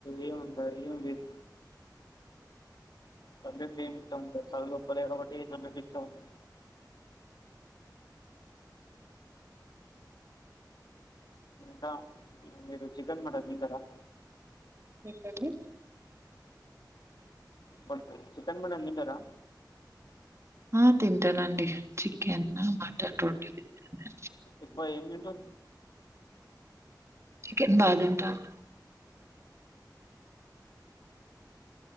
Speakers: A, on the left; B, on the right.
A: ఏముంటాయి ఏమి లేవు సబ్జెక్ట్స్ ఏం ఇష్టం ఉండవ్ సాధువు అబ్బాలే కాబట్టి ఏ సబ్జెక్ట్ ఇష్టం ఉండది కా మీరు చికెన్ మటన్ తింటారా
B: <inaudible>
A: బట్ చికెన్ కూడా తింటారా
B: ఆ తింటానండి చికెన్ మటన్ రెండు తింటాను
A: ఎక్కువ ఏం తింటారు
B: చికెన్ బాగా తింటాను